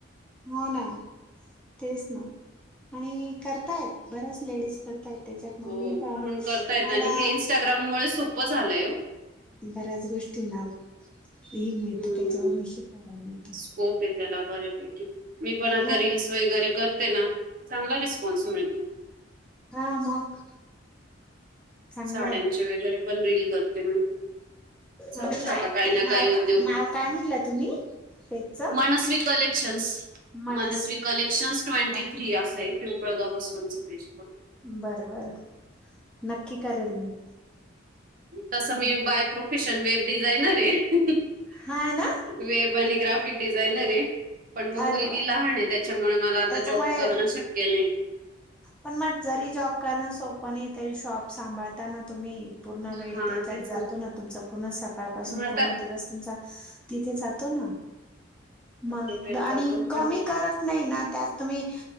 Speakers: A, in the centre; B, on the right (about 45°).
A: हो ना. तेच ना आणि करतायत बऱ्याच लेडीज करतायत. त्याच्यात मम्मी
B: हो,
A: पण
B: घरून करतायेत
A: मला
B: आणि हे सोपं झालंय हो.
A: बऱ्याच गोष्टींना हे मिळतो
B: हं,
A: त्याच्यावरून शिकायला मिळत.
B: स्कोप आहे त्याला बर्यापैकी. मी पण आता
A: मग
B: रील्स वगैरे करते ना चांगला रिस्पॉन्स मिळतो.
A: हां मग चांगलंय
B: साड्यांचे वगैरे पण रील करते मी. चालू
A: आणि
B: राहता
A: काय
B: काही ना
A: नाव
B: काही उद्योग.
A: का नाव काय म्हटलं तुम्ही? पेजच
B: मनस्वी कलेक्शन्स
A: मनस
B: Manasvi collections twenty
A: okay
B: three असं आहे पिंपळगाव बसवांचं पाहिजे.
A: बर बर नक्की करेल मी.
B: तसं मी
A: नक्की
B: बाय प्रोफेशन वेब डिझायनर आहे.
A: हा ना
B: वेब आणि ग्राफिक डिझायनर आहे पण मग मुलगी
A: अरे वा
B: लहान आहे त्या त्याच्यामुळे मला आता
A: त्याच्यामुळे
B: जॉब करणं शक्य नाही्.
A: पण मग जरी जॉब करणं सोपं नाही तरी शॉप सांभाळता ना तुम्ही? पूर्ण
B: हा
A: वेळ त्याच्यात
B: तेच
A: जातो ना तुमचा पूर्ण सकाळपासून
B: मग आता
A: पूर्ण दिवस तुमचा तिथे जातो ना मग
B: आता वेळ
A: आणि
B: जातो
A: कमी
B: पण
A: कर ते नाही ना त्यात तुम्ही